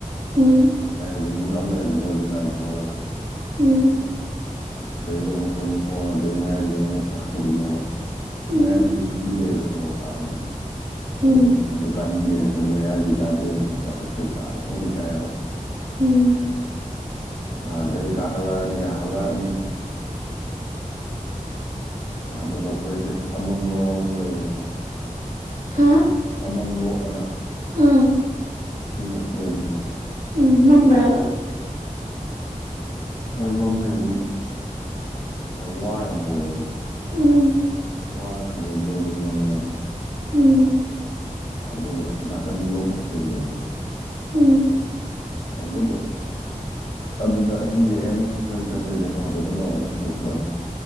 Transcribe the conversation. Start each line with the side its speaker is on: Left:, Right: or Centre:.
Right: ꯎꯝ
Left: ꯃꯁ ꯃꯤ ꯃꯌꯥꯝ ꯂꯩꯔꯝꯒꯅꯦꯕ ꯑꯗꯨꯝ ꯒꯥꯔꯤ ꯊꯧꯒꯠꯂꯒ
Right: ꯎꯃ
Left: ꯑꯗꯨꯗꯒꯤ ꯑꯃꯨꯛ ꯑꯩꯈꯣꯏꯁ ꯄꯣꯟꯅ ꯑꯗꯨꯒꯤ ꯃꯌꯥꯏꯗꯨꯗꯒꯤ ꯑꯃꯨꯛ ꯂꯛꯈꯤꯗꯣꯏꯅꯦꯕ
Right: ꯎꯝ
Left: ꯃꯌꯥꯏꯗꯨꯗꯤ ꯂꯝꯕꯤ ꯂꯩꯕ ꯁꯣꯔꯣꯛ ꯇꯥꯕꯅꯦꯕꯗꯤ
Right: ꯎꯝ
Left: ꯃꯗꯨ ꯀꯥꯅꯤꯡꯗꯦꯅ ꯑꯩꯈꯣꯏꯅ ꯃꯌꯥꯏꯗꯤ ꯀꯥꯗꯦꯕ ꯃꯊꯛꯇ ꯍꯣꯡꯅꯤ ꯀꯥꯏꯕ
Right: ꯎꯝ
Left: ꯑꯗ ꯀꯥꯀꯥꯂꯥꯅꯤ ꯀꯥꯈꯂꯥꯅꯤ ꯑꯗꯨꯒ ꯑꯩꯈꯣꯏꯁꯦ ꯑꯃꯝ ꯂꯣꯅ ꯑꯃ ꯂꯩꯌꯦꯕꯀꯣ
Right: ꯍꯥ
Left: ꯑꯃꯝ ꯂꯣꯛꯑꯅ
Right: ꯑꯥ
Left: ꯁꯤꯁꯤꯡꯒꯁꯤ ꯑꯃꯕ
Right: ꯎꯝ ꯃꯝꯕꯕꯥꯥ
Left: ꯍꯣꯏ ꯃꯝꯃꯦ ꯑꯗꯨꯝ ꯋꯥ ꯌꯥꯝ ꯍꯧꯋꯦꯕꯀꯣ
Right: ꯑꯝ
Left: ꯋꯥꯅ ꯈꯗ <inaudible> ꯑꯗꯨ ꯃꯃꯦꯕ
Right: ꯎꯝ
Left: ꯑꯗꯨꯗ ꯅꯀꯟ ꯂꯣꯛꯀ ꯆꯦꯂꯦꯕ
Right: ꯎꯝ
Left: ꯑꯗꯣꯗꯣ ꯑꯗꯨꯗ ꯍꯤꯡꯡꯂꯛꯑꯅꯤ ꯑꯩꯈꯣꯏꯅ ꯆꯠꯇꯣꯏꯁꯦꯀꯣ ꯑꯗꯨꯗ ꯅꯣꯡꯃ ꯑꯃ ꯍꯤꯡꯡꯂꯛꯊꯣꯛꯑꯅꯤ